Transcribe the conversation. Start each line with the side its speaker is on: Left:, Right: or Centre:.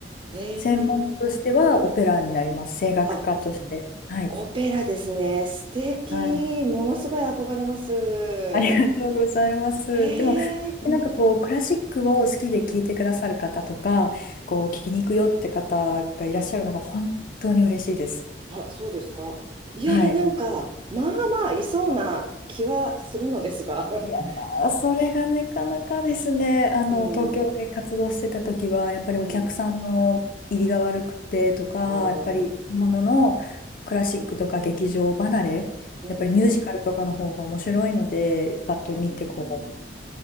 Right: ええ
Left: 専門としてはオペラになります。声楽家として。
Right: あ、
Left: はい。
Right: オペラですね。素敵。
Left: はい。
Right: ものすごい憧れます。へ
Left: ありがとうございます。
Right: え、
Left: でも、
Right: うん、
Left: なんかこう、クラシックを好きで聴いてくださる方とか、
Right: うん。うん
Left: こう、聴きに行くよって方がいらっしゃるのが本当に嬉しいです。
Right: あ、そうですか。いやいや、
Left: はい。
Right: なんか、まあまあ、いそうな気はするのですが。
Left: いやー、
Right: <laughs>
Left: それがなかなかですね、あの、
Right: うん、
Left: 東京で活動してた時は、やっぱりお客さんの入りが悪くてとか、
Right: うん。あうん
Left: やっぱりもののクラシックとか劇場離れ、
Right: あ、うん、うん、
Left: やっぱりミュージカルとかの方が面白いので、パッと見てこ
Right: うん。